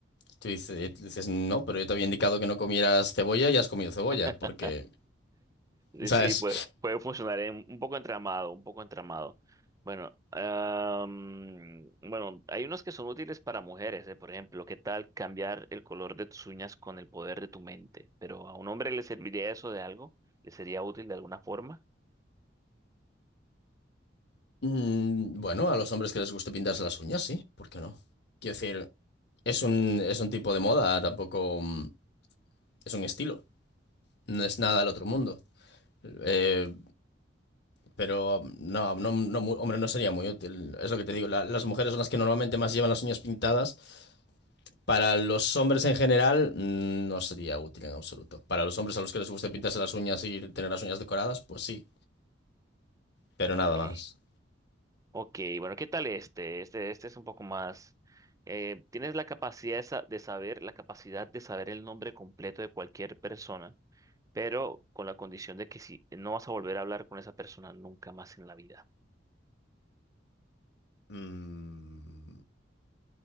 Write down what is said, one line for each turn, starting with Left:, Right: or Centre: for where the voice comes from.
Left: Tú dices, dices, no, pero yo te había indicado que no comieras cebolla y has comido cebolla,
Right: <laughs>
Left: porque, ¿sabes?
Right: Sí, puede, puede funcionar en- un poco entramado, un poco entramado. Bueno, am, bueno, hay unos que son útiles para mujeres, eh, Por ejemplo, ¿qué tal cambiar el color de tus uñas con el poder de tu mente? Pero a un hombre le serviría eso de algo, le sería útil de alguna forma.
Left: Mm, bueno, a los hombres que les guste pintarse las uñas, sí, ¿por qué no? Quiero decir, es un, es un tipo de moda, tampoco mm, es un estilo, no es nada del otro mundo. Eh, pero no, no, no, mu- hombre, no sería muy útil. Es lo que te digo, la- las mujeres son las que normalmente más llevan las uñas pintadas Para los hombres en general mm, no sería útil en absoluto. Para los hombres a los que les guste pintarse las uñas y tener las uñas decoradas, pues sí, pero
Right: Ok.
Left: nada más.
Right: Ok, bueno, ¿qué tal este? Este, este es un poco más. eh, tienes la capacidad de, sa- de saber, la capacidad de saber el nombre completo de cualquier persona, pero con la condición de que si no vas a volver a hablar con esa persona nunca más en la vida.
Left: Mm,